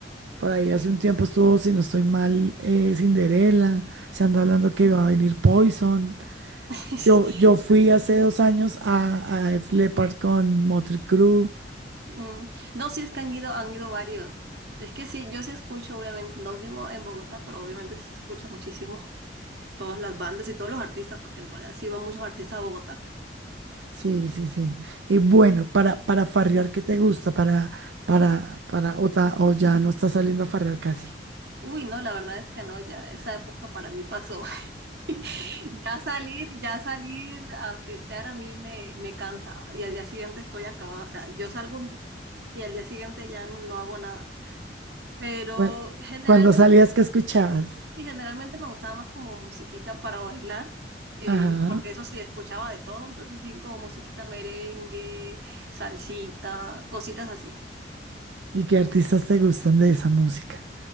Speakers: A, on the right (about 80°); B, on the right (about 60°).
A: por ahí hace un tiempo estuvo, si no estoy mal, eh, Cinderella. Se anda hablando que va a venir Poison.
B: Sí. <laughs>
A: Yo, yo fui
B: No, es que
A: hace dos
B: sí.
A: años a, a Def Leppard con Motley Crue.
B: Mm, no, sí, es que han ido, han ido varios. Es que sí, yo sí escucho, obviamente, no vivo en Bogotá, pero obviamente sí se escucha muchísimo todas las bandas y todos los artistas, porque en realidad sí van muchos artistas a Bogotá.
A: Sí, sí, sí. Y bueno, para, para farrear, ¿qué te gusta? Para, para, para, o, ta- o ya no estás saliendo a farrear casi.
B: Uy, no, la verdad es que no, ya esa época para mí pasó. <laughs> Ya salir, ya salir a festear a mí me, me cansa y al día siguiente estoy acabada. O sea, yo salgo un día y al día siguiente ya no hago nada. Pero
A: Bueno,
B: generalmente
A: cuando salías,
B: me gustaba
A: ¿qué escuchabas?
B: Y generalmente me gustaba más como musiquita para bailar, eh,
A: Ajá.
B: porque eso sí, escuchaba de todo, entonces sí, como musiquita merengue, salsita, cositas así.
A: ¿Y qué artistas te gustan de esa música?